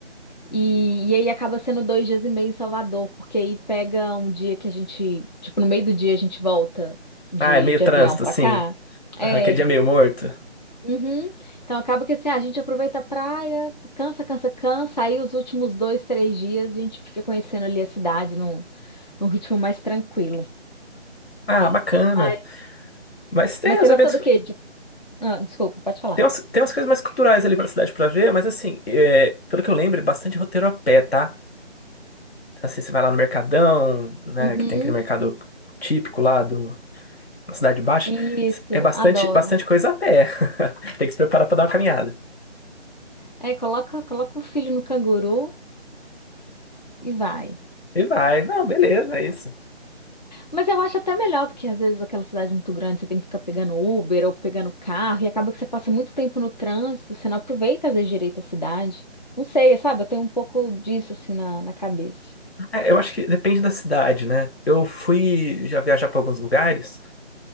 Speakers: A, on the left (about 40°); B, on the left (about 60°).
A: E, e aí acaba sendo dois dias e meio em Salvador, porque aí pega um dia que a gente, tipo, no meio do dia a gente volta de,
B: Ah, é meio
A: de
B: trânsito,
A: avião pra
B: assim.
A: cá. É.
B: Ah, Aquele dia meio morto.
A: Uhum. Então acaba que assim, ah, a gente aproveita a praia, cansa, cansa, cansa, aí os últimos dois, três dias a gente fica conhecendo ali a cidade num, num ritmo mais tranquilo.
B: Ah, bacana.
A: Ai.
B: Mas tem
A: Mas você
B: os
A: gosta
B: eventos.
A: do quê? De- ah, desculpa, pode falar.
B: Tem umas, tem umas coisas mais culturais ali pra cidade pra ver, mas assim, é, pelo que eu lembro, é bastante roteiro a pé, tá? Então, assim, você vai lá no Mercadão, né?
A: Uhum.
B: Que tem aquele mercado típico lá do, na Cidade Baixa.
A: Isso,
B: É bastante,
A: adoro.
B: bastante coisa a pé. <laughs> Tem que se preparar pra dar uma caminhada.
A: É, coloca, coloca o filho no canguru e vai.
B: E vai. Não, beleza, é isso.
A: Mas eu acho até melhor do que às vezes aquela cidade muito grande, você tem que ficar pegando Uber ou pegando carro e acaba que você passa muito tempo no trânsito, você não aproveita às vezes direito a cidade. Não sei, sabe? Eu tenho um pouco disso assim na, na cabeça.
B: É, eu acho que depende da cidade, né? Eu fui já viajar para alguns lugares